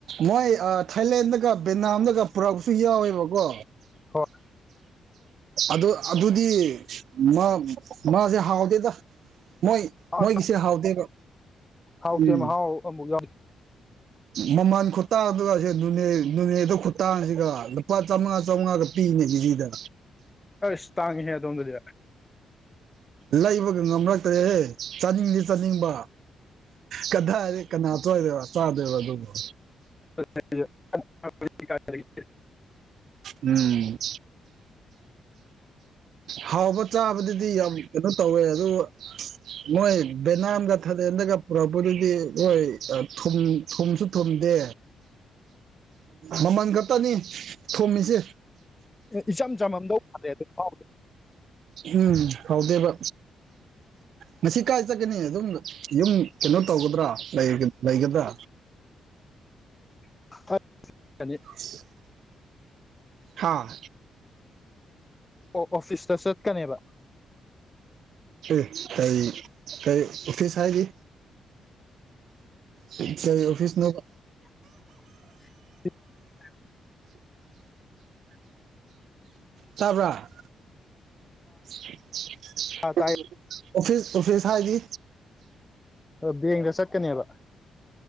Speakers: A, on the right; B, on the left.
A: ꯃꯣꯏ ꯊꯥꯏꯂꯦꯟꯗꯒ ꯕꯦꯅꯥꯝꯗꯒ ꯄꯨꯔꯛꯁꯨ ꯌꯥꯎꯋꯦꯕꯀꯣ
B: <unintelligible>
A: ꯑꯗꯨ ꯑꯗꯨꯗꯤ ꯃꯥ ꯃꯥꯁꯦ ꯍꯥꯎꯗꯦꯗ ꯃꯣꯏ
B: ꯍꯣꯏ
A: ꯃꯣꯏꯒꯤꯁꯦ ꯍꯥꯎꯗꯦꯕ
B: ꯍꯥꯎꯇꯦ
A: ꯎꯝ
B: ꯃꯍꯥꯎ <unintelligible>
A: ꯃꯃꯜ ꯈꯨꯠꯇꯥꯡꯗꯨꯒ ꯅꯨꯅꯦꯗ ꯈꯨꯇꯥꯥꯡꯗꯨꯒ ꯂꯨꯄꯥ ꯆꯥꯃꯉꯥ ꯆꯥꯝꯃꯉꯥ ꯄꯤꯅꯦ ꯖꯤꯔꯤꯗ
B: ꯑꯁ ꯇꯥꯡꯉꯤꯍꯦ ꯑꯗꯣꯝꯗꯗꯤ
A: ꯂꯩꯕꯒ ꯉꯝꯂꯛꯇ꯭ꯔꯦꯍꯦ ꯆꯥꯅꯤꯡꯗꯤ ꯆꯥꯅꯤꯡꯕ ꯀꯗꯥꯏꯔ ꯀꯅꯥ ꯆꯣꯏꯗꯦꯕ ꯆꯥꯗꯣꯏꯕ ꯑꯗꯨꯕ
B: <unintelligible>
A: ꯎꯝ ꯍꯥꯎꯕ ꯆꯥꯕꯗꯨꯗꯤ ꯌꯥꯝ ꯀꯩꯅꯣ ꯇꯧꯋꯦ ꯑꯗꯨ ꯃꯣꯏ ꯕꯦꯅꯥꯝꯗ ꯊꯥꯗꯦꯟꯗꯒ ꯄꯨꯔꯛꯄꯗꯨꯗꯤ ꯍꯣꯏ ꯊꯨꯝ ꯊꯨꯝꯁꯨ ꯊꯨꯝꯗꯦ ꯃꯃꯜ ꯈꯛꯇꯅꯤ ꯊꯣꯝꯃꯤꯁꯦ
B: ꯏꯆꯝ ꯆꯝꯃꯝꯗꯧ ꯃꯂꯦ <unintelligible>
A: ꯎꯝ ꯍꯥꯎꯗꯦꯕ ꯉꯁꯤ ꯀꯥꯏ ꯆꯠꯀꯅꯤ ꯑꯗꯨꯝ ꯌꯨꯝ ꯀꯩꯅꯣ ꯇꯧꯒꯗ꯭ꯔꯥ ꯂꯩꯒꯗ꯭ꯔꯥ
B: <unintelligible>
A: <unintelligible> ꯍꯥꯥ
B: ꯑꯣ ꯑꯣꯐꯤꯁꯇ ꯆꯠꯀꯅꯦꯕ
A: <unintelligible> ꯑꯣꯐꯤꯁ ꯍꯥꯏꯗꯤ ꯀꯩ ꯑꯣꯐꯤꯁ ꯅꯣꯕ
B: <unintelligible>
A: ꯇꯥꯕ꯭ꯔꯥ <unintelligible>
B: ꯑ ꯇꯥꯏ
A: ꯑꯣꯐꯤꯁ ꯑꯣꯐꯤꯁ ꯍꯥꯏꯗꯤ
B: ꯕꯦꯡꯗ ꯆꯠꯀꯅꯤꯕ